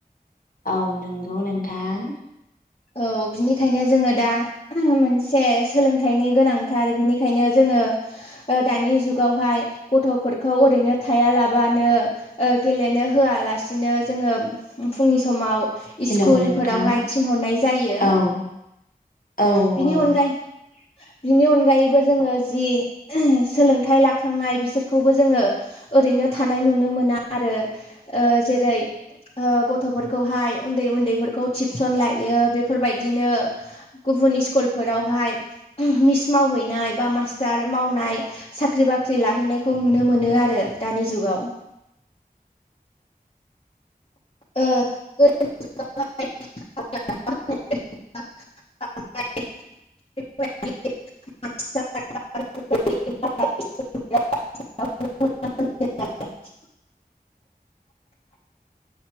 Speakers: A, on the left; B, on the left.
A: औ नोंगौ नोंथां
B: औ बिनिखायनो जोङो दा उम मोनसे सोलोंथाइनि गोनांथार बिनिखायनो जोङो दानि जुगावहाय गथ'फोरखौ ओरैनो थायालाबानो ओ गेलेनो होआलासिनो जोङो फुंनि समाव इस्कुल
A: हेलौ नोंथां
B: फोरावहाय थिनहरनाय जायो
A: औ औ
B: बिनि
A: औ
B: अनगायै बिनि अनगायैबो जोङो जि उम सोलोंथाइ लाखांनाय बिसोरखौबो जोङो ओरैनो थानाय नुनो मोना आरो ओ जेरै ओ गथ'फोरखौहाय उन्दै-उन्दैफोरखौ टिबसन लायो। बेफोरबायदिनो गुबुन इस्कलफोरावहाय मिस मावहैनाय बा मास्टार मावनाय, साख्रि-बाख्रि लाहैनायखौ नुनो मोनो आरो दानि जुगाव। ओ गोदोनि <unintelligible>